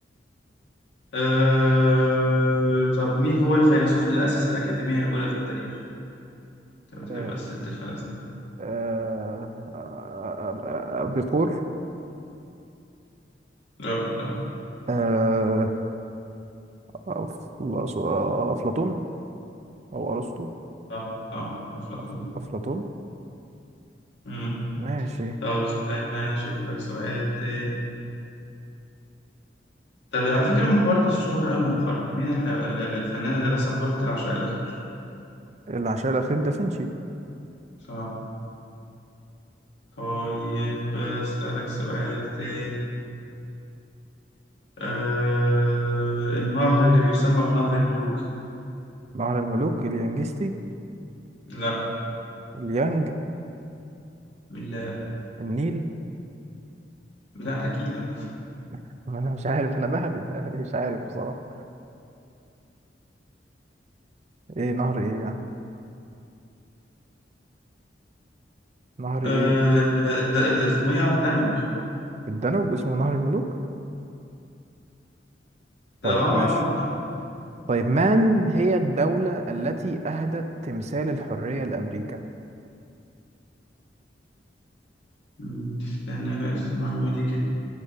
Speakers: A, on the left; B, on the right.
A: أه... طب مين هو الفيلسوف اللي أسس الأكاديمية الأولى في التاريخ؟ أنت بتحب
B: آه
A: أسئلة الفلاسفة
B: آه آه آه آه آه بيقول
A: لا لا
B: آه أف- أفلاطون أو أرسطو
A: صح صح أفلاطون
B: أف- أفلاطون
A: مم.
B: ماشي
A: طب استنى أشوف لك سؤال تاني طب على فكرة المحور ده اشتهر أوي مؤخرا مين الح... ال- ال- الفنان اللي رسم لوحة العشاء الأخير؟
B: العشاء الأخير دافنشي
A: صح طيب أسألك سؤال تاني أه... النهر اللي بيسمى بنهر الملوك
B: بحر الملوك اليانجستي
A: لا
B: اليانج
A: لا
B: النيل
A: لا أكيد لا
B: <laughs> أنا مش عارف أنا بهبد <laughs> مش عارف بصراحة إيه نهر إيه يعني نهر
A: أه...
B: إيه
A: ال- ال- ال- اسمه إيه يا عم الدانوب؟
B: الدانوب اسمه نهر الملوك طيب
A: اه اه
B: ماشي
A: آه،
B: طيب من هي الدولة التي أهدت تمثال الحرية لأمريكا؟
A: مم، استنى لا بس المعلومة دي